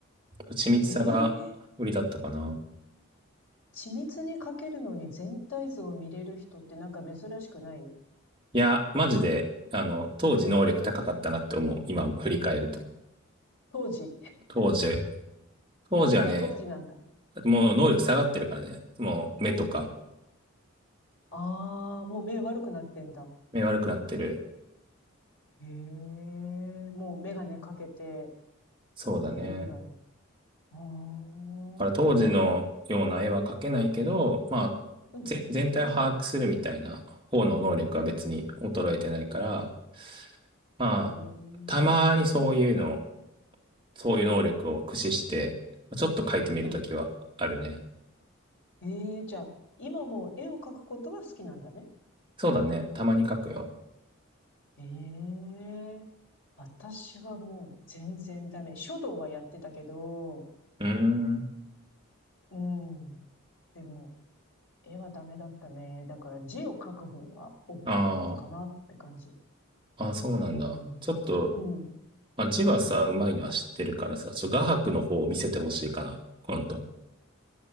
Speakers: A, on the right; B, on the left.
A: 緻密さが売りだったかな。
B: ええ緻密に描けるのに全体像を見れる人ってなんか珍しくない
A: いや、マジで、あの、当時能力高かったなって思う。今振り返ると。
B: 当時。<laughs>
A: 当時、当時はね、
B: そこは当時なんだ。
A: もう能力下がってるからね、もう目とか、
B: ああ、もう目悪くなってんだ。
A: 目悪くなってる。
B: へえ、もうメガネかけて
A: そうだね。
B: いるぐらい。
A: だ
B: ああ、う
A: から当時のような絵は描けないけど、まあ、
B: ん。
A: ぜ、全体を把握するみたいな方の能力は別に衰えてないから、まあ、
B: へえ、
A: たまにそういうの、そういう能力を駆使して、ちょっと描いてみるときはあるね。
B: うん。ええ、じゃあ、今も絵を描くことは好きなんだね。
A: そうだね。たまに描くよ。
B: ええ、私はもう全然ダメ。書道はやってたけど、
A: うーん。
B: うん。でも、絵はダメだったね。だから字を書く方は OK
A: あ
B: だったかなって感じ。
A: あ、あ、そうなんだ。
B: うん。
A: ちょっと、
B: うん。
A: まあ、字はさ、うまいのは知ってるからさ、ちょっと画伯の方を見せてほしいかな。今度。